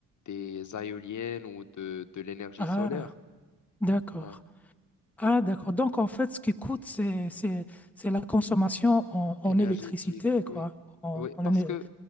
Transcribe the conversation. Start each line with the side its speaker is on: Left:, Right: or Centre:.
Left: des éoliennes ou de, de l'énergie
Centre: Ah,
Left: solaire.
Centre: d'accord.
Left: Ouais.
Centre: Ah, d'accord. Donc, en fait, ce qui coûte, c'est, c'est, c'est la consommation en, en
Left: Énergétique,
Centre: électricité,
Left: oui.
Centre: quoi. En,
Left: Oui,
Centre: en
Left: parce
Centre: éner-
Left: que,